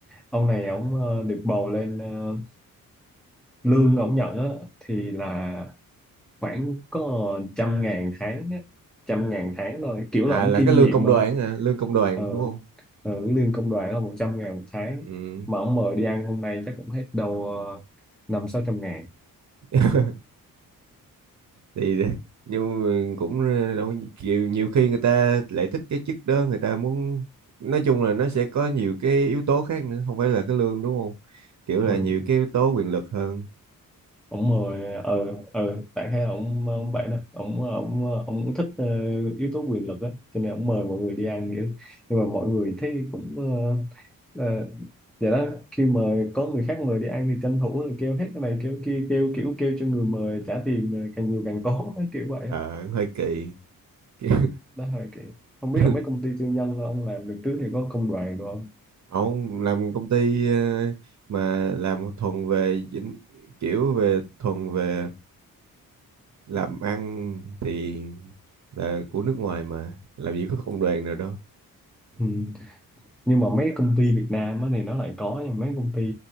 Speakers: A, in the centre; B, on the right (about 50°).
A: ông này ông ờ, được bầu lên ờ, lương ông nhận á, thì là khoảng có trăm ngàn tháng á, trăm ngàn tháng thôi kiểu
B: À,
A: là ông
B: là
A: kiêm
B: cái lương
A: nhiệm
B: công
A: mà
B: đoàn hả? Lương công đoàn
A: ờ,
B: đúng không?
A: ờ, lương công đoàn là một trăm ngàn một tháng
B: Ừ.
A: mà ông mời đi ăn hôm nay chắc cũng hết đâu ờ, năm sáu trăm ngàn
B: <laughs> thì <laughs> nhưng mà cũng ờ, đâu có nhiều, nhiều khi người ta lại thích cái chức đó người ta muốn nói chung là nó sẽ có nhiều cái yếu tố khác nữa không phải là cái lương đúng không kiểu là
A: ừ.
B: nhiều cái yếu tố quyền lực hơn
A: ổng mời ờ ờ đại khái là ổng ổng vậy đó ổng ổng ổng cũng thích ờ, yếu tố quyền lực á cho nên ổng mời mọi người đi ăn vậy đó. nhưng mà mọi người thấy cũng ờ, ờ, vậy đó khi mà có người khác mời đi ăn thì tranh thủ là kêu hết cái này kêu kia kêu kiểu kêu cho người mời trả tiền ờ, càng nhiều càng tốt <laughs> kiểu vậy
B: ờ
A: á.
B: hơi kỳ Kiểu-
A: ừ. đó là cái không
B: <laughs>
A: biết là mấy công ty tư nhân ông làm được trước thì có công đoàn được không
B: không làm công ty ờ, mà làm thuần về dính- kiểu về thuần về làm ăn thì là của nước ngoài mà làm gì có công đoàn nào đâu
A: ừ. nhưng mà mấy công ty Việt Nam á thì nó lại có nhưng mà mấy công ty